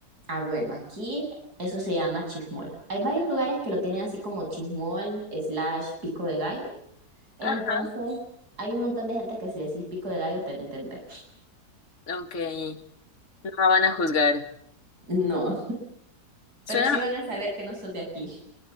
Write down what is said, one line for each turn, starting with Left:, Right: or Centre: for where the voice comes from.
Right: Ah, bueno, aquí eso se llama chismol. Hay varios lugares que lo tienen así como chismol slash pico de gallo. Entonces,
Left: Ah,
Right: hay un montón de gente que si decís pico de gallo te va a entender.
Left: ok, no me van a juzgar.
Right: No, pero
Left: Suena,
Right: sí van a saber que no sos de aquí.